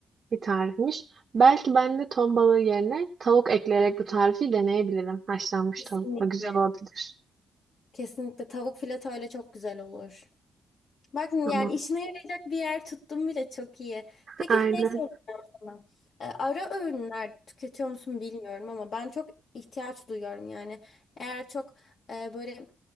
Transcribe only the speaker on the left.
Kesinlikle.
Kesinlikle tavuk fileto ile çok güzel olur. Bak yani
işine yarayacak bir yer tuttum bile çok iyi. Peki
şey soracağım. ben. E, ara öğünler tüketiyor musun bilmiyorum ama ben çok ihtiyaç duyuyorum yani. Eğer çok e, böyle